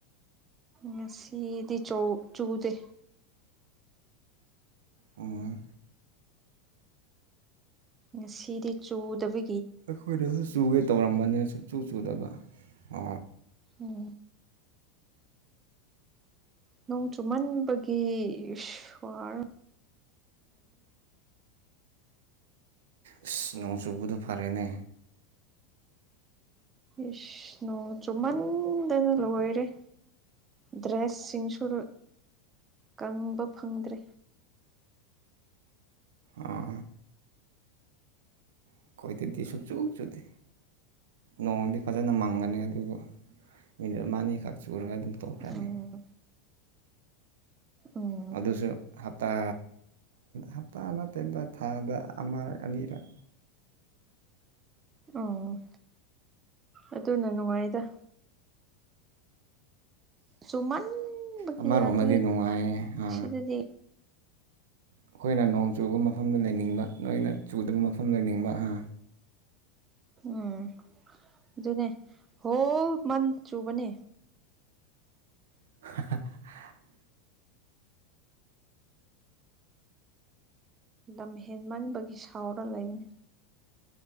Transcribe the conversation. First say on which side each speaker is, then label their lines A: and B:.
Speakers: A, on the right (about 20°); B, on the right (about 85°).
A: ꯉꯁꯤꯗꯤ ꯆꯧ ꯆꯨꯗ
B: ꯑꯣ
A: ꯉꯁꯤꯗꯤ ꯆꯨꯗꯕꯤ
B: ꯑꯩꯈꯣꯏꯗꯁꯨ ꯆꯨꯒꯦ ꯇꯧꯔꯝꯕꯅꯦ ꯁꯨꯛ ꯆꯨ ꯆꯨꯗꯕ ꯑ
A: ꯎꯝ ꯅꯣꯡ ꯆꯨꯝꯃꯟꯕꯒꯤ ꯁ꯭ ꯋꯥꯔ
B: ꯑꯁ ꯅꯣꯡ ꯆꯨꯕꯗꯣ ꯐꯔꯦꯅꯦ
A: ꯏꯁꯅꯨ ꯆꯨꯝꯃꯟꯗꯅ ꯂꯣꯏꯔꯦ ꯗ꯭ꯔꯦꯁꯁꯤꯡꯁꯨ ꯀꯪꯕ ꯐꯪꯗ꯭ꯔꯦ
B: ꯑ ꯑꯩꯈꯣꯏꯗꯗꯤ ꯁꯨꯡꯛꯆꯨ ꯆꯨꯗꯦ ꯅꯣꯡꯗꯤ ꯐꯖꯅ ꯃꯪꯒꯅꯤ ꯑꯗꯨꯕꯨ ꯃꯤꯅꯤꯠ ꯑꯃ ꯑꯅꯤꯈꯛ ꯆꯨꯔꯒ ꯑꯗꯨꯝ ꯇꯣꯛꯈ꯭ꯔꯅꯤ
A: ꯎꯝ ꯎꯝ
B: ꯑꯗꯨꯁꯨꯇꯥ ꯍꯞꯇꯥ ꯅ ꯇꯦꯟꯗ ꯊꯥꯗ ꯑꯃꯔꯛ ꯑꯅꯤꯔꯛ
A: ꯑꯣ ꯑꯗꯨꯅ ꯅꯨꯡꯉꯥꯏꯗ ꯁꯨꯃꯥꯟꯕ
B: ꯑꯃꯔꯣꯝꯗꯗꯤ
A: ꯑꯗꯨꯗꯗꯤ
B: ꯅꯨꯡꯉꯥꯏꯌꯦ ꯑꯥ ꯑꯩꯈꯣꯏꯅ ꯅꯣꯡ ꯆꯨꯕ ꯃꯐꯝꯗ ꯂꯩꯅꯤꯡꯕ ꯅꯣꯏꯅ ꯆꯨꯗꯕ ꯃꯐꯝꯗ ꯂꯩꯅꯤꯡꯕ ꯑ
A: ꯎꯝ ꯑꯗꯨꯅꯦ ꯍꯣꯜ ꯃꯟ ꯆꯨꯕꯅꯦ
B: <inaudible>
A: ꯂꯝ ꯍꯦꯟꯃꯟꯕꯒꯤ ꯁꯥꯎꯔ ꯂꯩꯕꯅꯤ